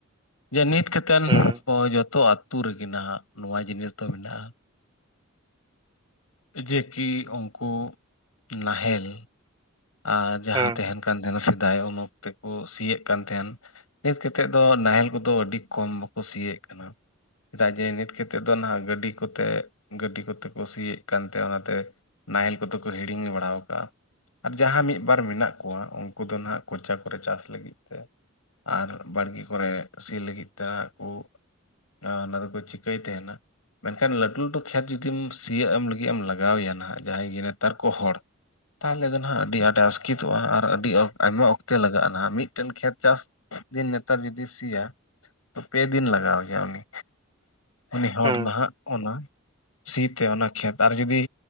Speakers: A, on the left; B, on the right.
A: ᱡᱮ ᱱᱤᱛ ᱠᱷᱟᱹᱛ ᱛᱮᱱ
B: ᱦᱩᱸ
A: ᱦᱚ ᱡᱚᱛᱚ ᱟᱹᱛᱩ ᱨᱮᱜᱮ ᱱᱟᱦᱟᱜ ᱱᱚᱣᱟ ᱡᱤᱱᱤᱥ ᱫᱚ ᱢᱮᱱᱟᱜᱼᱟ᱾ ᱡᱮ ᱠᱤ ᱩᱱᱠᱩ ᱱᱟᱦᱮᱞ ᱟᱨ ᱡᱟᱦᱟᱸ
B: ᱦᱩᱸ
A: ᱛᱟᱦᱮᱱ ᱠᱟᱱ ᱛᱟᱦᱮᱱᱟ ᱥᱮᱫᱟᱭ ᱩᱱ ᱚᱠᱛᱮ ᱠᱚ ᱥᱤᱭᱮᱫ ᱠᱟᱱ ᱛᱟᱦᱮᱱ ᱱᱤᱛ ᱠᱟᱛᱮᱫ ᱫᱚ ᱱᱟᱦᱮᱞ ᱠᱚᱫᱚ ᱟᱹᱰᱤ ᱠᱚᱢ ᱵᱟᱠᱚ ᱥᱤᱭᱮᱫ ᱠᱟᱱᱟ᱾ ᱪᱮᱫᱟᱜ ᱡᱮ ᱱᱤᱛ ᱠᱟᱛᱮᱫ ᱫᱚ ᱱᱟᱦᱟᱜ ᱜᱟᱹᱰᱤ ᱠᱚᱛᱮ ᱜᱟᱹᱰᱤ ᱠᱚᱛᱮ ᱠᱩᱥᱤᱭᱮᱫ ᱠᱟᱱᱛᱮ ᱚᱱᱟᱛᱮ ᱱᱟᱦᱮᱞ ᱠᱚᱫᱚ ᱠᱚ ᱦᱤᱲᱤᱧ ᱵᱟᱲᱟ ᱣᱟᱠᱟᱜ-ᱟ᱾ ᱟᱨ ᱡᱟᱦᱟᱸ ᱢᱤᱫ ᱵᱟᱨ ᱢᱮᱱᱟᱜ ᱠᱚᱣᱟ ᱩᱱᱠᱩ ᱫᱚ ᱱᱟᱦᱟᱜ ᱠᱚᱪᱟ ᱠᱚᱨᱮ ᱪᱟᱥ ᱞᱟᱹᱜᱤᱫ ᱛᱮ ᱟᱨ ᱵᱟᱲᱜᱮ ᱠᱚᱨᱮ ᱥᱤ ᱞᱟᱹᱜᱤᱫ ᱛᱮ ᱩᱜ ᱟᱨ ᱚᱱᱟ ᱫᱚ ᱠᱚ ᱪᱤᱠᱟᱹᱭ ᱛᱟᱦᱮᱱᱟ? ᱢᱮᱱᱠᱷᱟᱱ ᱞᱟᱹᱴᱩ ᱞᱟᱹᱴᱩ ᱠᱷᱮᱛ ᱡᱩᱫᱤᱢ ᱥᱤᱭᱳᱜ ᱮᱢ ᱞᱟᱹᱜᱤᱫ ᱮᱢ ᱞᱟᱜᱟᱣ ᱮᱭᱟ ᱱᱟᱦᱟᱜ ᱡᱟᱦᱟᱸᱭ ᱜᱮ ᱱᱮᱛᱟᱨ ᱠᱚ ᱦᱚᱲ ᱛᱟᱦᱚᱞᱮ ᱫᱚᱞᱮ ᱦᱟᱸᱜ ᱟᱹᱰᱤ ᱟᱸᱴᱮ ᱟᱥᱠᱤᱛᱚᱜᱼᱟ ᱟᱨ ᱟᱹᱰᱤ ᱟᱭᱢᱟ ᱚᱠᱛᱮ ᱞᱟᱜᱟᱜᱼᱟ ᱱᱟ ᱢᱤᱫᱴᱮᱱ ᱠᱷᱮᱛ ᱪᱟᱥ ᱫᱤᱱ ᱱᱮᱛᱟᱨ ᱡᱩᱫᱤ ᱥᱤᱭᱟ ᱯᱮ ᱫᱤᱱ ᱞᱟᱜᱟᱣᱟᱭᱟ ᱩᱱᱤ᱾ ᱩᱱᱤ ᱦᱚᱲ
B: ᱦᱩᱸ
A: ᱱᱟᱦᱟᱜ ᱚᱱᱟ ᱥᱤ ᱛᱮ ᱚᱱᱟ ᱠᱷᱮᱛ ᱟᱨ ᱡᱩᱫᱤ